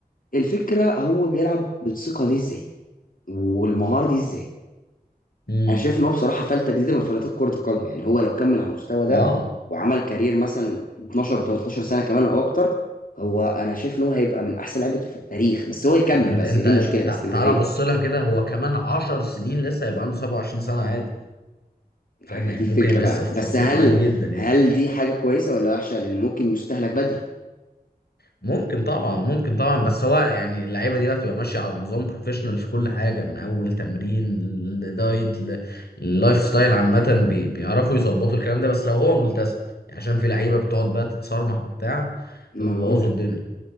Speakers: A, on the left (about 60°); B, on the left (about 80°).
A: الفكرة هو بيلعب بالثقة دي ازاي والمهارة دي ازاي
B: امم
A: انا شايف ان هو بصراحه فلته جديده من فلاتات كره القدم يعني هو لو كمل على المستوى ده
B: اه
A: وعمل كارير مثلا 12 و13 سنه كمان او اكتر هو انا شايف ان هو هيبقى من احسن لعيبه في التاريخ بس هو يكمل
B: ما انت
A: بس
B: انت
A: هي دي المشكله الاستمراريه
B: تع- تعالى بص لها كده هو كمان 10 سنين لسه هيبقى عنده 27 سنه عادي
A: يعني
B: فاهم يعني
A: دي الفكره
B: ممكن يبقى
A: بقى
B: لسه في
A: بس
B: فورمته
A: هل
B: عادي جدا يعني
A: هل دي حاجه كويسه ولا وحشه لان ممكن يستهلك بدري
B: ممكن طبعا ممكن طبعا بس هو يعني اللعيبه دي بقى بتبقى ماشيه على نظام بروفيشنال في كل حاجه من اول تمرين لدايت ل- للايف ستايل عامه بي- بيعرفوا يظبطوا الكلام ده بس لو هو ملتزم يعني عشان في لعيبه بتقعد بقى تتصرمح وبتاع
A: ما
B: فبيبوظوا
A: هقول لك
B: الدنيا